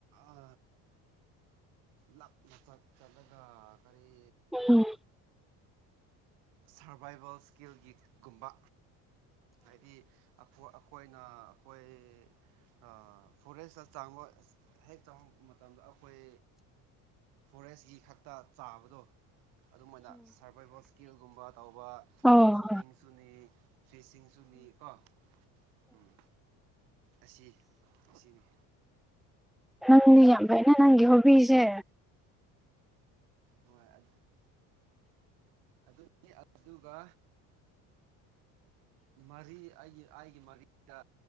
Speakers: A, on the right; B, in the centre.
A: ꯑ ꯂꯥꯞꯅ ꯆꯠ ꯆꯠꯂꯒ ꯀꯔꯤ
B: ꯎꯝ
A: ꯁꯔꯚꯥꯏꯕꯦꯜ ꯏꯁꯀꯤꯜꯒꯤ ꯒꯨꯝꯕ ꯍꯥꯏꯗꯤ ꯈꯣ ꯑꯩꯈꯣꯏꯅ ꯑꯩꯈꯣꯏ ꯑ ꯐꯣꯔꯦꯁꯇ ꯆꯥꯡꯕ ꯍꯦꯛ ꯆꯥꯡꯕ ꯃꯇꯝꯗ ꯑꯩꯈꯣꯏ ꯐꯣꯔꯦ ꯔꯦꯁꯀꯤ ꯈꯛꯇ ꯆꯥꯕꯗꯣ ꯑꯗꯨꯃꯥꯏꯅ ꯁꯔꯚꯥꯏꯕꯦꯜ ꯏꯁꯀꯤꯜꯒꯨꯝꯕ ꯇꯧꯕ
B: ꯑꯣ
A: ꯍꯟꯇꯤꯡꯁꯨꯅꯤ ꯐꯤꯁꯁꯤꯡꯁꯨꯅꯤ ꯀꯣ ꯎꯝ ꯑꯁꯤ ꯑꯁꯤꯅꯤ
B: ꯅꯪꯗꯤ ꯌꯥꯝ ꯐꯥꯏꯅ
A: ꯑꯗꯨ
B: ꯅꯪꯒꯤ ꯍꯣꯕꯤꯁꯦ
A: ꯍꯣꯏ ꯑ ꯑꯗꯨꯅꯤ ꯑꯗꯨꯒ ꯃꯔꯤ ꯑꯩꯒꯤ ꯑꯩꯒꯤ ꯃꯔꯤꯗ